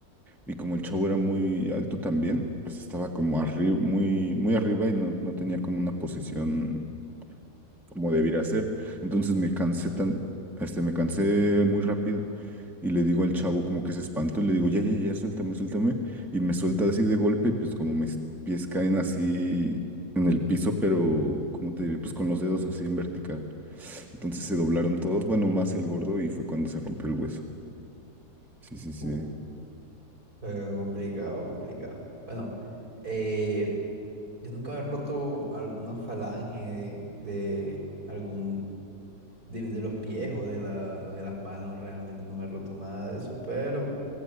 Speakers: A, in the centre; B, on the right.
A: Y como el chavo era muy alto también, pues estaba como arriba, muy, muy arriba y no, no tenía como una posición como debiera ser. Entonces me cansé tan, este, me cansé muy rápido y le digo al chavo como que se espantó y le digo, ya, ya, ya, suéltame, suéltame. Y me suelta así de golpe y pues como mis pies caen así en el piso, pero cómo te diré, pues con los dedos así en vertical. Entonces se doblaron todos, bueno, más el gordo y fue cuando se rompió el hueso. Sí, sí, sí.
B: uh, eh, complicado, complicado. Bueno, eh, yo nunca he roto alguna falange de, de algún de, de los pies o de la, de las manos, realmente no me he roto nada de eso, pero